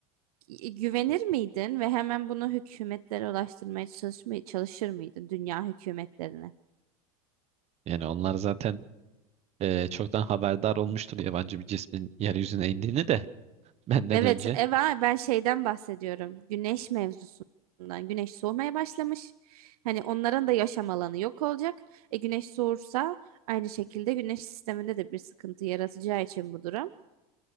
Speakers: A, on the right; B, on the right.
A: Gü- Güvenir miydin ve hemen bunu hükümetlere ulaştırmaya çalışmaya çalışır mıydın dünya hükümetlerine?
B: Yani onlar zaten e, çoktan haberdar olmuştur yabancı bir cismin yeryüzüne indiğini de benden
A: Evet,
B: önce.
A: Eva ben şeyden bahsediyorum. Güneş mevzusundan. Güneş soğumaya başlamış. Hani onların da yaşam alanı yok olacak. E güneş soğursa aynı şekilde güneş sisteminde de bir sıkıntı yaratacağı için bu durum.